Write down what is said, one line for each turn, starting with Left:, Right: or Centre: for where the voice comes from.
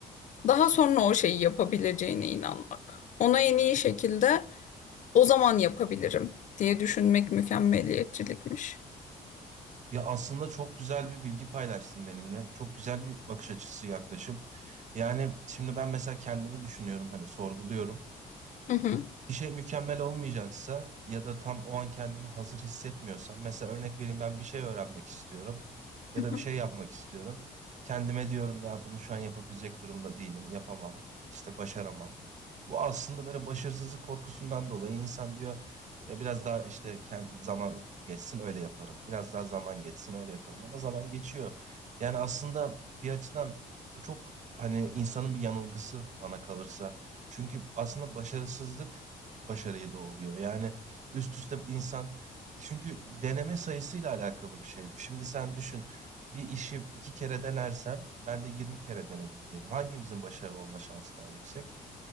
Left: Daha sonra o şeyi yapabileceğine inanmak. Ona en iyi şekilde o zaman yapabilirim diye düşünmek mükemmeliyetçilikmiş.
Right: Ya aslında çok güzel bir bilgi paylaştın benimle. Çok güzel bir bakış açısı yaklaşım. Yani şimdi ben mesela kendimi düşünüyorum, hani sorguluyorum.
Left: Hı hı.
Right: bir şey mükemmel olmayacaksa ya da tam o an kendimi hazır hissetmiyorsam mesela örnek vereyim ben bir şey öğrenmek istiyorum ya
Left: Hı
Right: da
Left: hı.
Right: bir şey yapmak istiyorum. Kendime diyorum ya bunu şu an yapabilecek durumda değilim, yapamam, işte başaramam. Bu aslında böyle başarısızlık korkusundan dolayı insan diyor ya biraz daha işte kendi zaman geçsin öyle yaparım. Biraz daha zaman geçsin öyle yaparım ama zaman geçiyor. Yani aslında bir açıdan bu çok hani insanın bir yanılgısı bana kalırsa. Çünkü aslında başarısızlık başarıyı doğuruyor. Yani üst üste insan çünkü deneme sayısıyla alakalı bir şey bu. Şimdi sen düşün bir işi iki kere denersem ben de 20 kere denedim diyelim. Hangimizin başarılı olma şansı daha yüksek?